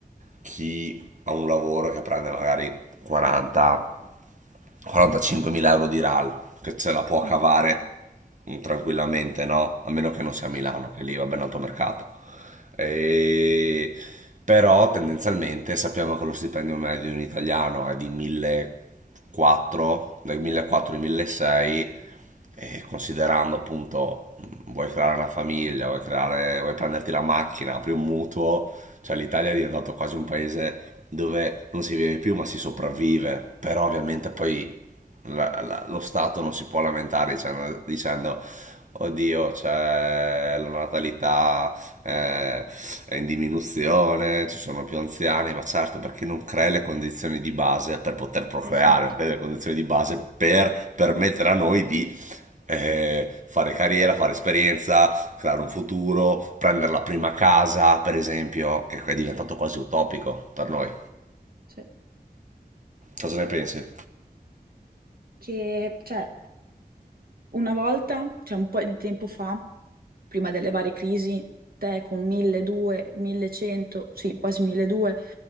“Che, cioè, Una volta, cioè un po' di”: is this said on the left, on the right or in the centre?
Right